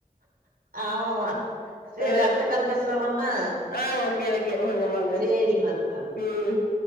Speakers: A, on the right; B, on the left.
A: ஆமாம்மா சேரி
B: ஆ
A: அடுத்த கால் பேசலாமாம்மா
B: ஆ ஓகே ஓகே வாங்க வாங்க
A: சேரிமா
B: ம்